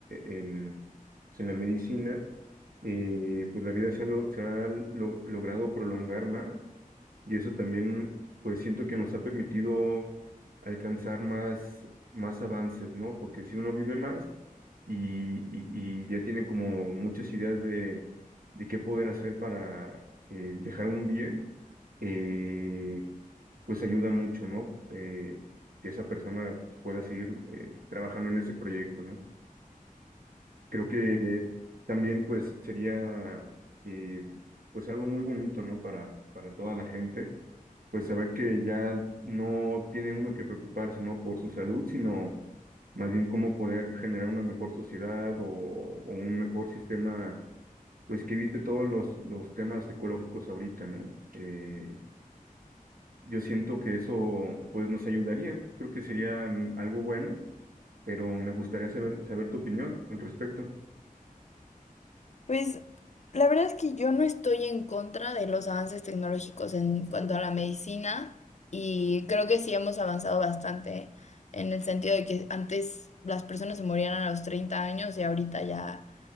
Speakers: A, on the right (about 80°); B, on the left (about 50°).
A: en, pues, en la medicina, eh, pues la vida se ha, lo- se ha lo- logrado prolongar más y eso también, pues siento que nos ha permitido alcanzar más, más avances, ¿no? Porque si uno vive más y, y- y ya tiene como muchas ideas de, de qué poder hacer para eh, dejar un bien, eh, pues ayuda mucho, ¿no? Eh, que esa persona pueda seguir eh, trabajando en ese proyecto, ¿no? Creo que eh, también pues sería eh, pues algo muy bonito, ¿no? Para, para toda la gente pues saber que ya no tiene uno que preocuparse, ¿no? Por su salud, sino más bien cómo poder generar una mejor sociedad o, o un mejor sistema, pues que evite todos los, los temas ecológicos ahorita, ¿no? Eh, yo siento que eso, pues nos ayudaría, creo que sería mm, algo bueno, pero me gustaría saber, saber tu opinión al respecto.
B: Pues la verdad es que yo no estoy en contra de los avances tecnológicos en cuanto a la medicina y creo que sí hemos avanzado bastante en el sentido de que antes las personas se morían a los 30 años y ahorita ya